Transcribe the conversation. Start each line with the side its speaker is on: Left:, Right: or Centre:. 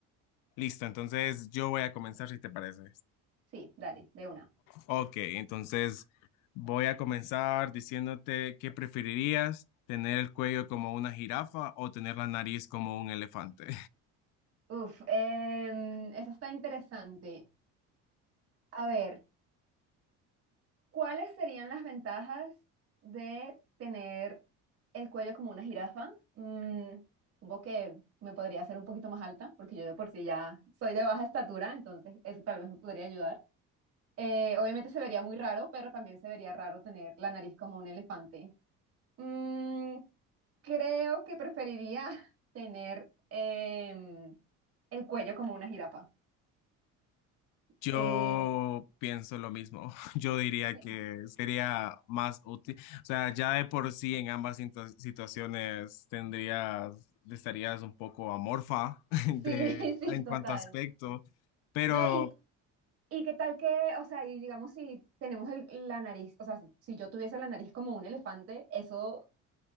Left: Listo, entonces yo voy a comenzar si te parece.
Right: Sí, dale, de una.
Left: Ok, entonces voy a comenzar diciéndote qué preferirías, tener el cuello como una jirafa o tener la nariz como un elefante.
Right: Uf, em, eso está interesante. A ver, ¿cuáles serían las ventajas de tener el cuello como una jirafa? Mm, supongo que me podría hacer un poquito más alta, porque yo de por sí ya soy de baja estatura, entonces eso tal vez me podría ayudar. Eh, obviamente se vería muy raro, pero también se vería raro tener la nariz como un elefante. Mm, creo que preferiría <laughs> tener em, el cuello como una jirafa.
Left: Yo
Right: Eh,
Left: pienso lo mismo. <laughs> Yo diría
Right: sí,
Left: que sería más útil. O sea, ya de por sí en ambas situ- situaciones tendrías, estarías un poco amorfa <laughs>
Right: sí, <laughs>
Left: de,
Right: sí,
Left: en
Right: total.
Left: cuanto a aspecto, pero
Right: No, y, y qué tal que, o sea, y digamos si tenemos el- la nariz, o sea, si si yo tuviese la nariz como un elefante, eso